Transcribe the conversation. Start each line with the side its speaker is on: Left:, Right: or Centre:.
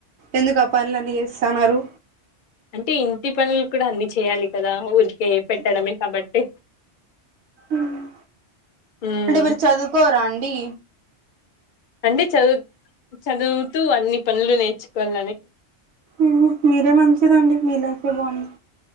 Right: ఎందుకు ఆ పనులన్నీ చేస్తన్నారు
Left: అంటే ఇంటి పనులు కూడా అన్ని చేయాలి కదా ఊరికే పెట్టడమే కాబట్టి
Right: మ్
Left: ఉమ్
Right: అంటే మీరు చదువుకోరా అండి
Left: అంటే చదువు చదువుతూ అన్ని పనులు నేర్చుకోల
Right: మ్ మీరే మంచిదండి మీ లైఫె బాగుంది